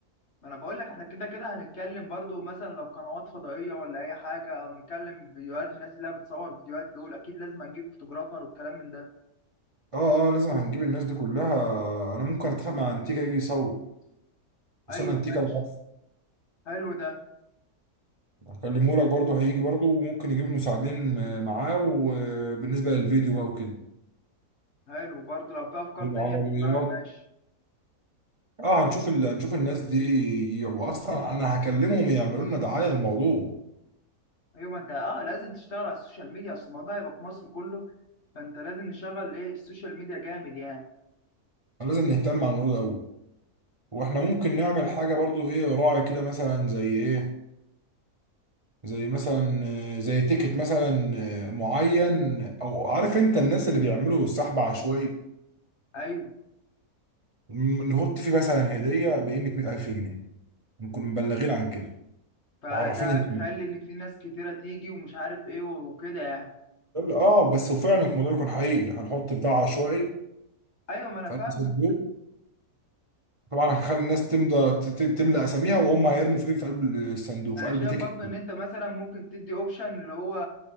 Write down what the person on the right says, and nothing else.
اه اه لازم هنجيب الناس دي كلها انا ممكن اتفق مع انتيكا يجي يصور اسامه
انتيكا
انا عارف
هكلمه لك برضه هيجي برضه وممكن يجيب مساعدين م- معاه وبالنسبه للفيديو بقى وكده
والعربيات
اه هنشوف ال... هنشوف الناس دي يجي. واصلا انا هكلمهم يعملوا لنا دعايه للموضوع
فلازم نهتم على الموضوع ده قوي واحنا ممكن نعمل حاجه برضه ايه راعي كده مثلا زي ايه زي مثلا آه، زي تيكت مثلا آه، معين او عارف انت الناس اللي بيعملوا سحب عشوائي
م- نحط فيه مثلا هديه بقيمه 100000 جنيه نكون مبلغين عن كده
معرفين ان
إيه.
اه بس وفعلا الموضوع يكون حقيقي هنحط بتاع عشوائي
في قلب
صندوق طبعا هنخلي الناس تمضى ت- ت- تملى اساميها وهم هيرموا في ايه في قلب الصندوق
في قلب
تيكت